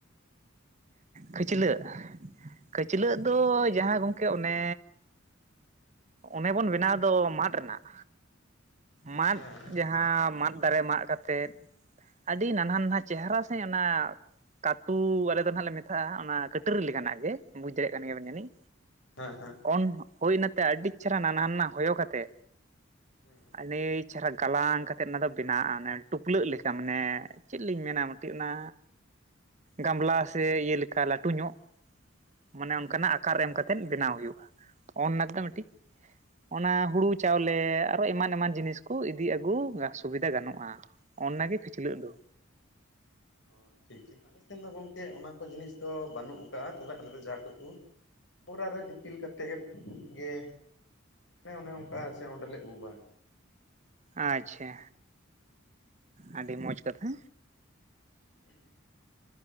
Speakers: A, on the right; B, on the left.
A: ᱠᱷᱟᱹᱪᱞᱟᱹᱜ ᱠᱷᱟᱹᱪᱞᱟᱹᱜ
B: ᱦᱮᱸ
A: ᱫᱚ ᱡᱟᱦᱟᱸ ᱜᱚᱝᱠᱮ ᱚᱱᱮ ᱚᱱᱮ ᱵᱚᱱ ᱵᱮᱱᱟᱣ ᱫᱚ ᱢᱟᱰ ᱨᱮᱱᱟᱜ ᱢᱟᱫ
B: ᱦᱮᱸ
A: ᱡᱟᱦᱟᱸ ᱢᱟᱫ ᱫᱟᱨᱮ ᱢᱟᱜ ᱠᱟᱛᱮᱫ ᱟᱹᱰᱤ ᱱᱟᱱᱦᱟ ᱱᱟᱱᱦᱟ ᱪᱮᱦᱨᱟ ᱥᱟᱺᱦᱤᱸᱡ ᱟᱱᱟᱜ ᱠᱟᱹᱛᱩ ᱟᱞᱮ ᱫᱚ ᱱᱷᱟᱜ ᱞᱮ ᱢᱮᱛᱟᱜᱼᱟ ᱚᱱᱟ ᱠᱟᱹᱴᱟᱹᱨᱤ ᱞᱮᱠᱟᱱᱟᱜ ᱜᱮ ᱵᱩᱡᱽ ᱫᱟᱲᱮᱭᱟᱜ ᱠᱟᱱ ᱜᱮᱭᱟᱵᱤᱱ ᱡᱟᱹᱱᱤᱡ᱾
B: ᱦᱮᱸ
A: ᱚᱱ ᱦᱩᱭᱱᱟᱛᱮ ᱟᱹᱰᱤ ᱪᱮᱦᱨᱟ ᱱᱟᱱᱟ ᱱᱟᱱᱟ ᱦᱚᱭᱚ ᱠᱟᱛᱮ
B: ᱦᱮᱸ
A: ᱟᱹᱰᱤ ᱪᱮᱦᱨᱟ ᱜᱟᱞᱟᱝ ᱠᱟᱛᱮ ᱚᱱᱟ ᱫᱚ ᱵᱮᱱᱟᱜᱼᱟ ᱚᱱᱮ ᱴᱩᱯᱞᱟᱹᱜ ᱞᱮᱠᱟ ᱢᱟᱱᱮ ᱪᱮᱜ ᱞᱤᱧ ᱢᱮᱱᱟ ᱢᱤᱫᱴᱤᱡ ᱚᱱᱟ ᱜᱟᱢᱞᱟ ᱥᱮ ᱤᱭᱟᱹ ᱞᱮᱠᱟ ᱞᱟᱹᱴᱩ ᱧᱚᱜ ᱢᱟᱱᱮ ᱚᱱᱠᱟᱱᱟᱜ
B: ᱦᱮᱸ
A: ᱟᱠᱟᱨ ᱮᱢ ᱠᱟᱛᱮ ᱛᱮᱱ ᱵᱮᱱᱟᱣ ᱦᱩᱭᱩᱜᱼᱟ ᱚᱱᱱᱟ ᱫᱚ ᱢᱤᱫᱴᱤᱡ ᱚᱱᱟ ᱦᱩᱲᱩ ᱪᱟᱣᱞᱮ ᱟᱨᱚ ᱮᱢᱟᱱ ᱮᱢᱟᱱ ᱡᱤᱱᱤᱥ ᱠᱚ ᱤᱫᱤ ᱟᱹᱜᱩ ᱥᱩᱵᱤᱫᱷᱟ ᱜᱟᱱᱚᱜᱼᱟ ᱚᱱᱟ ᱜᱮ ᱠᱷᱟᱹᱪᱞᱟᱹᱜ ᱫᱚ
B: ᱦᱟᱺ ᱴᱷᱤᱠ ᱴᱷᱤᱠ ᱟᱞᱮ ᱥᱮᱱ ᱫᱚ ᱜᱚᱝᱠᱮ ᱚᱱᱟ ᱠᱚ ᱡᱤᱱᱤᱥ ᱫᱚ ᱵᱟᱹᱱᱩᱜ ᱠᱟᱜᱼᱟ ᱛᱚᱵᱮ ᱟᱞᱮ ᱫᱚ ᱡᱟᱦᱟᱸ ᱴᱩᱠᱩ ᱵᱚᱨᱟ ᱨᱮ ᱫᱤᱯᱤᱞ ᱠᱟᱛᱮᱫ ᱜᱮ ᱚᱱᱮ ᱚᱱᱮ ᱚᱱᱠᱟ ᱪ ᱚᱸᱰᱮᱞᱮ ᱩᱵᱟ
A: ᱟᱪᱪᱷᱟ ᱟᱹᱰᱤ ᱢᱚᱸᱡᱽ ᱠᱟᱛᱷᱟ
B: ᱻ <inaudible>